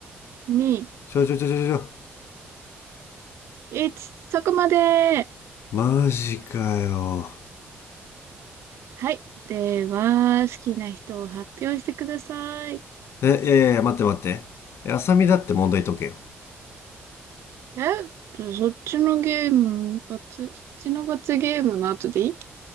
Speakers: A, on the right (about 65°); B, on the left (about 65°).
A: 2、
B: ちょちょちょちょちょ。
A: 1。そこまで。
B: マジかよ。
A: はい。では、好きな人を発表してください。
B: え、いやいやいや、待って待って。え浅見だって問題解けよ。
A: えそっちのゲーム、罰、そっちの罰ゲームの後でいい